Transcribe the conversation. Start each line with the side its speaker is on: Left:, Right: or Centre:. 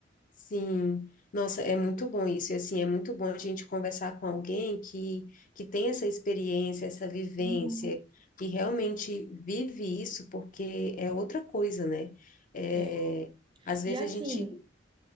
Left: Sim. Nossa, é muito bom isso. E assim, é muito bom a gente conversar com alguém que, que tem essa experiência, essa vivência,
Right: Uhum,
Left: que realmente vive isso, porque é outra coisa, né? É,
Right: é.
Left: às vezes
Right: E assim,
Left: a gente